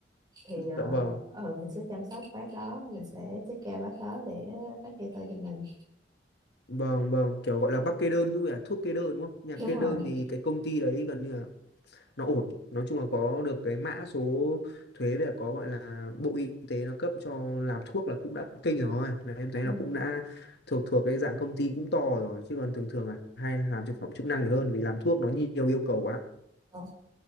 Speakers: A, on the right (about 25°); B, on the left (about 65°).
A: thì
B: dạ
A: ờ,
B: vâng.
A: ờ, mình sẽ chăm sóc bác đó mình sẽ take care bác đó để bác kê tôi cho mình
B: Vâng vâng, kiểu gọi là bác kê đơn đúng không? Thuốc kê đơn đúng không? Nhà
A: đúng
B: kê
A: rồi
B: đơn thì cái công ty đấy gần như là nó ổn nói chung là có được cái mã số thuế về có gọi là bộ y tế nó cấp cho làm thuốc là cũng đã kinh rồi là em thấy
A: Ừ.
B: là cũng đã thuộc thuộc cái dạng công ty cũng to rồi chứ còn thường thường là hay là làm thực phẩm chức năng thì hơn vì làm thuốc nó nhiều yêu cầu quá
A: Ờ,